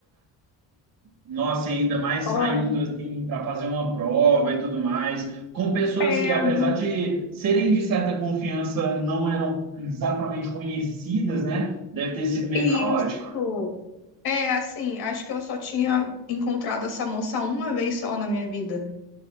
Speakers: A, on the right; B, on the left.
A: Nossa, e ainda mais
B: Olha,
A: saindo assim para fazer uma prova e tudo mais, com pessoas
B: é,
A: que, apesar
B: não-
A: de serem de certa confiança, não eram exatamente conhecidas, né? Deve ter sido meio
B: isso.
A: caótico.
B: É, assim, acho que eu só tinha encontrado essa moça uma vez só na minha vida.